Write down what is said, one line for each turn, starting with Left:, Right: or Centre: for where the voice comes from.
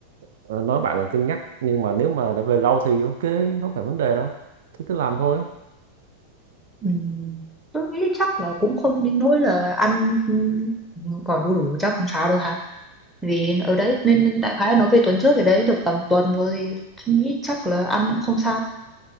Right: Ờ, nói bạn là cân nhắc nhưng mà nếu mà đã về lâu thì ok không phải vấn đề đâu thế cứ làm thôi
Centre: Ừ. Tôi nghĩ chắc là cũng không đến nỗi là ăn ừ, gọi đủ đủ chắc không sao đâu hả? Vì ở đấy nên đại khái nói về tuần trước ở đấy được tầm tuần rồi thì tôi nghĩ chắc là ăn cũng không sao.